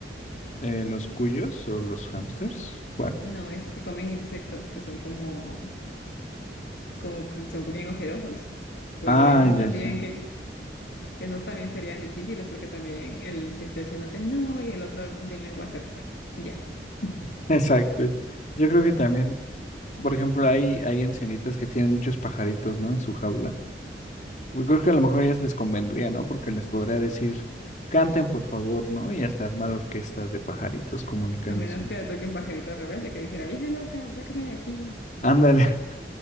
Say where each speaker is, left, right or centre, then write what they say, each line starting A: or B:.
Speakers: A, on the left; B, on the left.
A: Eh, ¿los cuyos o los hamsters? ¿Cuál?
B: No, esos que comen insectos, que son como, como que son bien ojerosos. Bueno,
A: Ah,
B: esos
A: ya
B: también
A: sé.
B: Ah, que, esos también serían difíciles porque también el insecto diciéndote no y el otro de lengua hacer ya. <laughs>
A: <laughs> Exacto. Yo creo que también, por ejemplo, hay, hay ancianitas que tienen muchos pajaritos, ¿no? En su jaula. Yo creo que a lo mejor a ellas les convendría, ¿no? Porque les podría decir, canten por favor, ¿no? Y hasta armar orquestas de pajaritos comunicándose.
B: A menos que le toque un pajarito rebelde que dijera, vieja loca, sácame de aquí,
A: Ándale,